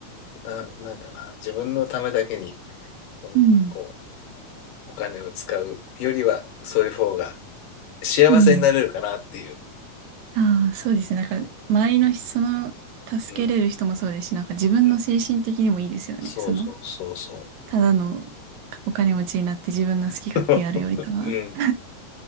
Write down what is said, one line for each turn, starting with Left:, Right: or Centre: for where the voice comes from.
Left: な、なんだな、自分のためだけにうんこう、
Right: うん。
Left: お金を使うよりは、そういう方が幸せになれるかなっていう。
Right: うん。ああ、そうですね。なんか、周りの人、その、助けれる人もそうですし、
Left: うん。
Right: なんか自分の精神的にもいいですよね。
Left: うん。そうそうそうそ
Right: その、ただのお金持ちになって自分の好き勝手やるよりかは。
Left: う。<laughs> うん。
Right: <laughs>